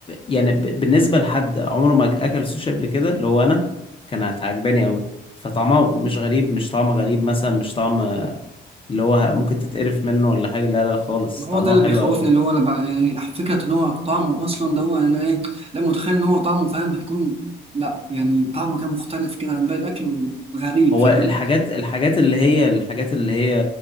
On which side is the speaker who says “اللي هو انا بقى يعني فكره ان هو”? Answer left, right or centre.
Right